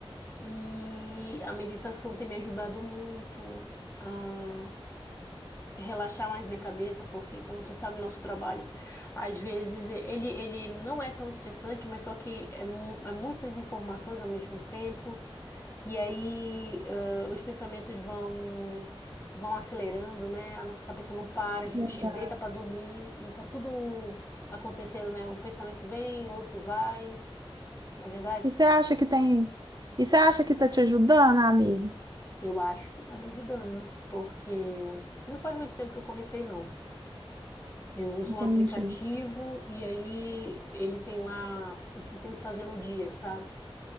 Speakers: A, on the left; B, on the right.
A: E a meditação tem me ajudado muito a relaxar mais minha cabeça, porque, como tu sabe, nosso trabalho, às vezes, ele, ele não é tão estressante, mas só que é, mu- é muitas informações ao mesmo tempo. E aí, ãh, os pensamentos vão vão acelerando, né? A nossa cabeça não para, a gente
B: né?
A: deita para dormir e tá tudo acontecendo, né? Um pensamento vem, o outro vai, não é verdade?
B: E você acha que tem. E você acha que está te ajudando, amiga?
A: Eu acho que tá me ajudando, porque não faz muito tempo que eu comecei, não. Eu uso
B: Entendi,
A: um aplicativo e aí ele tem lá o que tem que fazer no dia, sabe?